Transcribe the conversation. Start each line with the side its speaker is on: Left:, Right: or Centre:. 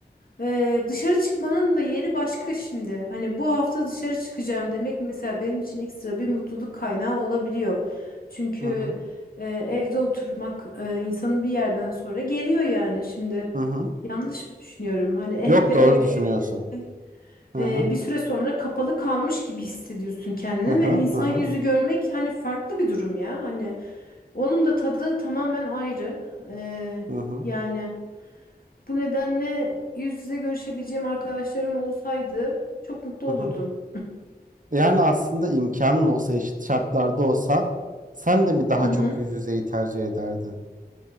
Left: ee, dışarı çıkmanın da yeri başka şimdi. Hani bu hafta dışarı çıkacağım demek mesela benim için ekstra bir mutluluk kaynağı olabiliyor. Çünkü
Right: Hı hı.
Left: e, evde oturmak e, insanı bir yerden sonra geriyor yani. Şimdi
Right: hı.
Left: yanlış mı düşünüyorum? Hani hep
Right: Yok
Left: ev
Right: doğru
Left: ev
Right: düşünüyorsun.
Left: ev ev.
Right: Hı
Left: Ee,
Right: hı.
Left: bir süre sonra kapalı kalmış gibi hissediyorsun kendini
Right: Hı hı.
Left: ve insan
Right: Hı hı.
Left: yüzü görmek hani farklı bir durum ya. Hani onun da tadı tamamen ayrı. Ee,
Right: Hı hı.
Left: yani. Bu nedenle yüz yüze görüşebileceğim arkadaşlarım olsaydı çok mutlu
Right: Hı
Left: olurdum.
Right: hı. Yani aslında imkanın olsa eşit şartlarda olsa sen de mi daha
Left: Hı hı.
Right: çok yüz yüzeyi tercih ederdin?